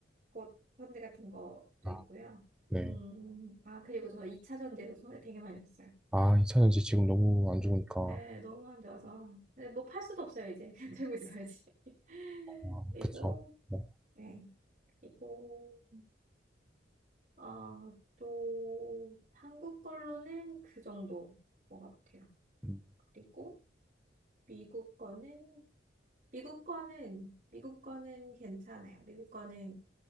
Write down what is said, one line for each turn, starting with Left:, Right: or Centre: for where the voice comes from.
Right: 것 펀드 같은 것도
Centre: 아,
Right: 있고요.
Centre: 네.
Right: 음, 아, 그리고 저 2차전 돼서 손에 되게 많이 봤어요.
Centre: 아, 2차전지 지금 너무 안 좋으니까
Right: 네, 너무 안 좋아서. 네, 뭐 팔 수도 없어요, 이제. <laughs> 들고 있어야지. <laughs>
Centre: 아,
Right: 그리고,
Centre: 그쵸. 뭐,
Right: 네. 그리고, 어, 또, 한국 걸로는 그 정도 것 같아요.
Centre: 음,
Right: 그리고, 미국 거는, 미국 거는, 미국 거는 괜찮아요. 미국 거는